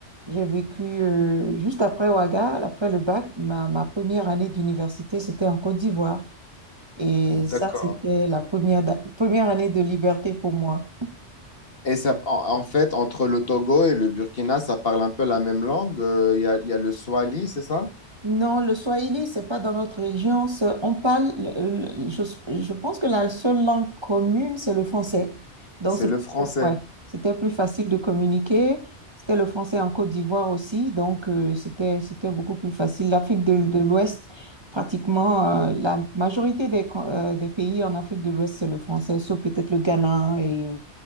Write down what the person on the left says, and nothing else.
D'accord.
Et ça, en, en fait, entre le Togo et le Burkina, ça parle un peu la même langue. Euh, Il y a, il y a le Swahili, c'est ça?
C'est
le français.